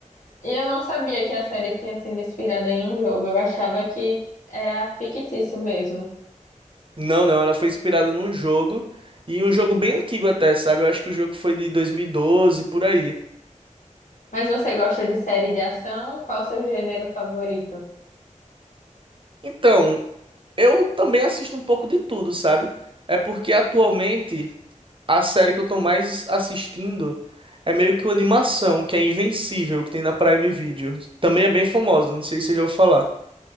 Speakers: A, on the left; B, on the right.
A: E eu não sabia que a série tinha sido inspirada em um jogo. Eu achava que era fictício mesmo.
B: Não, não, ela foi inspirada num jogo e um jogo bem antigo até, sabe? Eu acho que o jogo foi de 2012 por aí.
A: Mas você gosta de série de ação? Qual o seu gênero favorito?
B: Então, Eu também assisto um pouco de tudo, sabe? É porque atualmente a série que eu tô mais assistindo é meio que uma animação, que é Invencível, que tem na Prime Video. Também é bem famosa, não sei se você já ouviu falar.